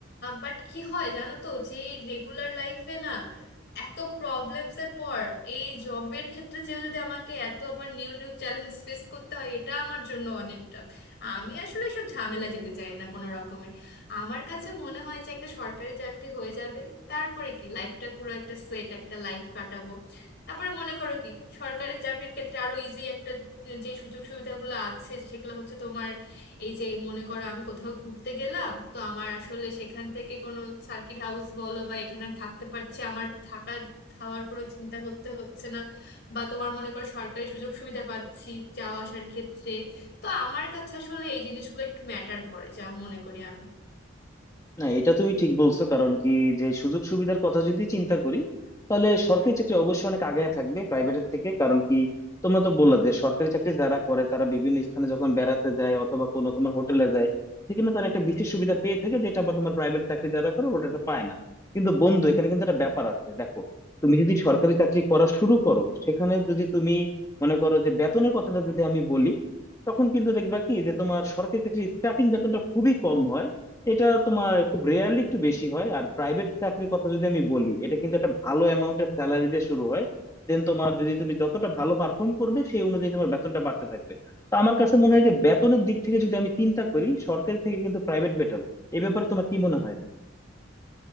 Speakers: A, on the left; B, on the left.
A: বাট কি হয় জানো তো যে রেগুলার লাইফে না এত প্রবলেমস এর পর এই জবের ক্ষেত্রে যে যদি আমাকে এত আবার নিউ নিউ চ্যালেঞ্জ ফেস করতে হয় এটা আমার জন্য অনেকটা আমি আসলে সব ঝামেলা যেতে চাই না কোনো রকমের আমার কাছে মনে হয় যে একটা সরকারি চাকরি হয়ে যাবে তারপরে কি লাইফটা পুরো একটা সেট একটা লাইফ কাটাবো তারপরে মনে করো কি সরকারি চাকরির ক্ষেত্রে আরো ইজি একটা যে সুযোগ সুবিধাগুলো আছে সেগুলো হচ্ছে তোমার এই যে মনে করো আমি কোথাও ঘুরতে গেলাম তো আমার আসলে সেখান থেকে কোনো সার্কিট হাউস বলো বা এখানে আমি থাকতে পারছি আমার থাকা খাওয়ার কোনো চিন্তা করতে হচ্ছে না বা তোমার মনে করো সরকারি সুযোগ সুবিধা পাচ্ছি যাওয়া আসার ক্ষেত্রে তো আমার কাছে আসলে এই জিনিসগুলো একটু ম্যাটার করে যা মনে করি আমি
B: না এটা তুমি ঠিক বলছো কারণ কি যে সুযোগ সুবিধার কথা যদি চিন্তা করি তাহলে সরকারি চাকরি অবশ্যই অনেক আগায় থাকবে প্রাইভেটের থেকে কারণ কি তোমরা তো বললা যে সরকারি চাকরি যারা করে তারা বিভিন্ন স্থানে যখন বেড়াতে যায় অথবা কোনো তোমার হোটেলে যায় সেখানে তারা একটা বিশেষ সুবিধা পেয়ে থাকে যেটা আবার তোমার প্রাইভেট চাকরি যারা করে ওটা একটা পায় না কিন্তু বন্ধু এখানে কিন্তু একটা ব্যাপার আছে দেখো তুমি যদি সরকারি চাকরি করা শুরু করো সেখানে যদি তুমি মনে করো যে বেতনের কথাটা যদি আমি বলি তখন কিন্তু দেখবা কি যে তোমার সরকারি চাকরির স্টার্টিং বেতনটা খুবই কম হয় এটা তোমার খুব রেয়ারলি একটু বেশি হয় আর প্রাইভেট চাকরির কথা যদি আমি বলি এটা কিন্তু একটা ভালো অ্যামাউন্টের স্যালারি দিয়ে শুরু হয় দেন তোমার যদি তুমি যতটা ভালো পারফর্ম করবে সেই অনুযায়ী তোমার বেতনটা বাড়তে থাকবে তো আমার কাছে মনে হয় যে বেতনের দিক থেকে যদি আমি চিন্তা করি সরকারি থেকে কিন্তু প্রাইভেট বেটার এই ব্যাপারে তোমার কি মনে হয়